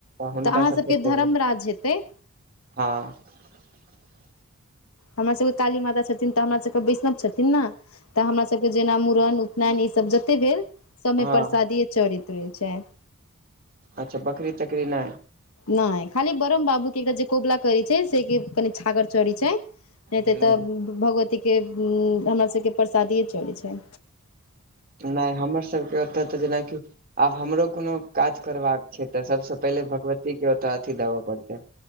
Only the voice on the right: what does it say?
हुनका
सबसँ
पहिले
हँ <inaudible>
हँ
अच्छा बकरी तकरी नहि
ह
नहि हमर सभके ओतऽ तऽ जेनाकि आब हमरो कोनो काज करबाक तऽ सबसँ पहिले भगवतीके ओतऽ अथी देबऽ पड़तै